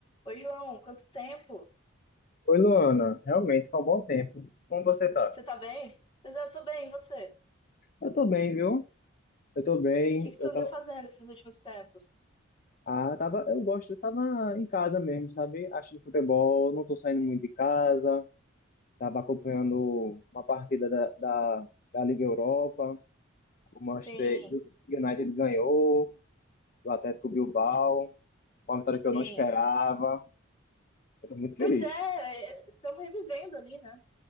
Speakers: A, on the left; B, on the left.
A: Oi, João, quanto tempo?
B: Oi, Luana. Realmente, foi um bom tempo. Como você tá?
A: Você tá bem? Pois é, eu tô bem, e você? O
B: Eu tô bem, viu? Eu tô bem.
A: que que
B: Eu
A: tu andou
B: tô...
A: fazendo esses últimos tempos?
B: Ah, tava... eu gosto. Eu tava em casa mesmo, sabe? Assistindo futebol, não tô saindo muito de casa. Tava acompanhando uma partida da, da, da Liga Europa. O Manchester
A: Sim,
B: United ganhou, o Atlético Bilbao. Uma vitória que
A: sim.
B: eu não esperava. Eu tô muito feliz.
A: Pois é, estamos revivendo ali, né?